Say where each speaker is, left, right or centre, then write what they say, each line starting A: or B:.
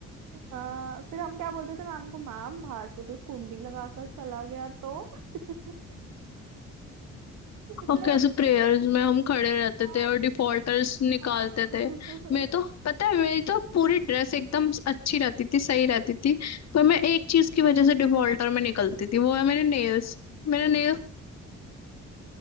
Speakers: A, on the right; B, on the left.
A: हाँ फिर हम क्या बोलते थे मैम को मैम बाहर से कोई कुंडी लगाकर चला गया तो <laughs> इसलिए
B: और कैसे
A: हम
B: प्रेयर्स में हम खड़े रहते
A: हाँ
B: थे और डिफॉल्टर्स निकालते
A: हाँ
B: थे मैं तो पता है मेरी तो पूरी ड्रेस एकदम अच्छी रहती थी सही रहती थी पर मैं एक चीज की वजह से डिफॉल्टर में निकलती थी वो है मेरे नेल्स मेरे नेल्स